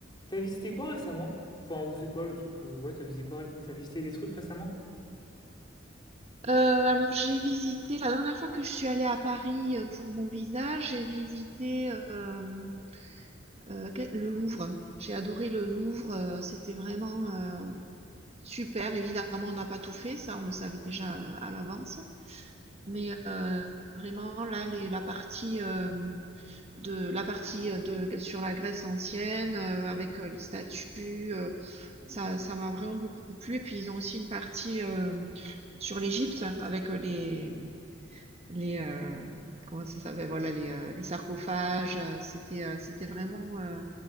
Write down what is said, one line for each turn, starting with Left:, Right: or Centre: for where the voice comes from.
Left: T'as visité quoi récemment? Enfin, ou c'est quoi le truc que... Ouais, t'as visité quoi? ré- T'as visité des trucs récemment?
Right: Heu, alors j'ai visité la dernière fois que je suis allée à Paris, heu, pour mon visa, j'ai visité, hem, heu, que le Louvre. J'ai adoré le Louvre, heu, c'était vraiment, heu, super. Évidemment, on n'a pas tout fait, ça, on le savait déjà, heu, à l'avance. Mais, heu, vraiment là, les la partie, hem, de la partie, heu, de sur la Grèce ancienne, heu, avec, heu, les statues, heu, ça ça m'a vraiment beaucoup plu. Et puis ils ont aussi une partie, heu, sur l'Égypte avec, heu, les Les, heu, comment ça s'appelle? ben Voilà, les, heu, les sarcophages, heu, c'était, heu, c'était vraiment, heu,